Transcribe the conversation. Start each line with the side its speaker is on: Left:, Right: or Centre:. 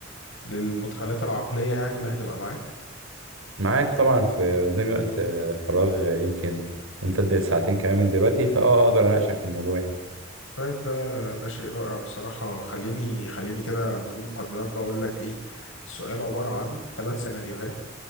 Left: للمدخلات العقلية يعني اللي هتبقى معاك
Right: معاك طبعا في قدامي وقت آه، فراغ آه، يمكن ممتد لساعتين كمان من دلوقتي فاه اقدر اناقشك في الموضوع يعني
Left: طيب ده ده شيء رائع بصراحة خليني خليني كده بدون مقدمات بقول لك إيه السؤال عبارة عن ثلاث سيناريوهات